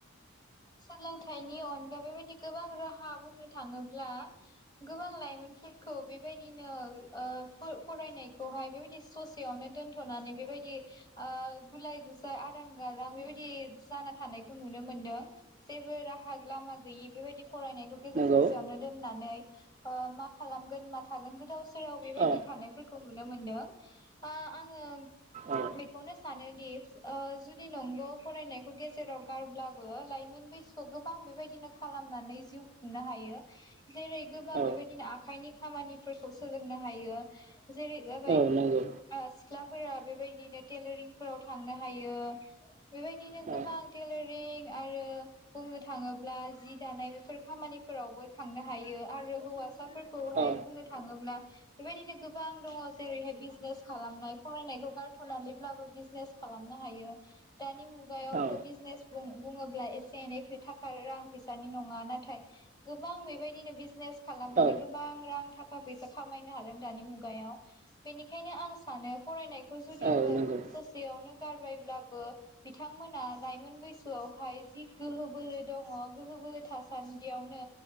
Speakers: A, on the left (about 20°); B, on the right (about 35°).
A: सोलोंथाइनि अनगा बेबायदि गोबां राहा बुंनो थाङोब्ला गोबां लाइमोनफोरखौ बेबायदिनो ओ फोर फरायनायखौहाय बेबायदि ससेयावनो दोनथ'नानै बेबायदि ओ गुलाय गुजाय आदां गादां बेबायदि जाना थानाय खौ नुनो मोनदों जेबो राहा लामा गैयै बेबायदि फरायनायखौ गेजेर
B: नंगौ
A: ससेयावनो दोननानै ओ मा खालामगोन मा थागोन गोदाव सो बेयाव बेबायदि
B: औ
A: थानायफोरखौ खौ नुनो मोनदों ओ आङो
B: औ
A: बेखौनो सानो दि ओ जुदि नोंगौ फरायनायखौ गेजेराव गारब्लाबो लाइमोन बैसोआव गोबां बेबायदिनो खालामनानै जिउ खुंनो हायो जेरै गोबां
B: औ
A: बेबायदिनो आखाइनि खामानिफोरखौ सोलोंनो हायो जेरै जाबाय
B: औ
A: ओ
B: नंगौ
A: सिख्लाफोरा बेबायदिनो टेलारिंफोराव थांनो हायो बेबायदिनो
B: औ
A: गोबां टेलारिं आरो बुंनो थाङोब्ला जि दानाय बेफोर खामानिफोरावबो थांनो हायो आरो हौवासा फिसाफोरखौहाय
B: औ
A: बुंनो थाङोब्ला बेबायदिनो गोबां दङ जेरैहाय बिजनेस खालामनाय फरायनायखौ गारथ'नानैब्लाबो बिजनेस खालामनो हायो दानि मुगायावथ'
B: औ
A: बिज बिजनेस बुं बुङोब्ला एसे एनै खोथा थाखा रां फैसानि नङा नाथाय गोबां बेबायदिनो बिज बिजनेस खालामनानै
B: औ
A: गोबां रां थाख थाखा फैसा खामायनो हादों दानि मुगायाव बेनिखायनो आं सानो फरायनायखौ जुदिबो
B: औ नंगौ
A: ससेयावनो गारबायब्लाबो बिथांमोना लाइमोन बैसोआवहाय जि गोहो बोलो दङ गोहो बोलो थासान्दियावनो